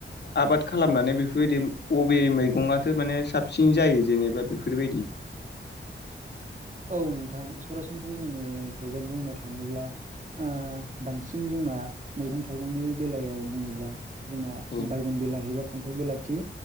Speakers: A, on the left; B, on the right.
A: आबाद खालामनानै बेफोरबायदि। बबे मैगं आथो माने साबसिन जायो। जेनेबा बेफोरबायदि।
B: औ नोंथां सरासनस्रायै जोंनिखायजा बुंनो थाङोब्ला। ओ बांसिन जोंना मैगं' थाइगंनि बेलायाव बुङोब्ला। जोंना
A: औ
B: बायगन बिलाहि बा फान्थाव' बिलाथि।